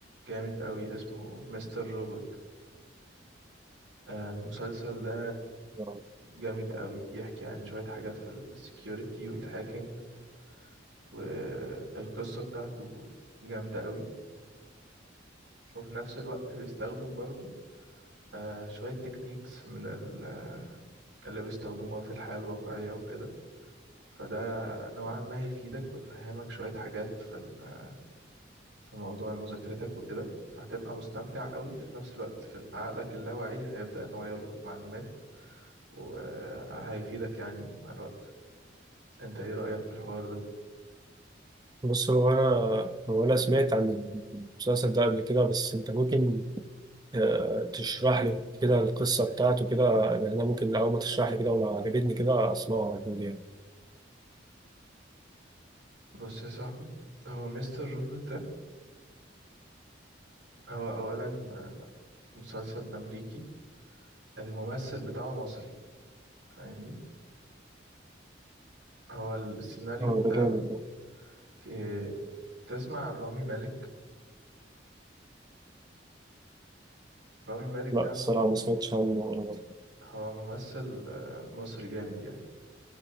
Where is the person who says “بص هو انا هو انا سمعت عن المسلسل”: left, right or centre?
Right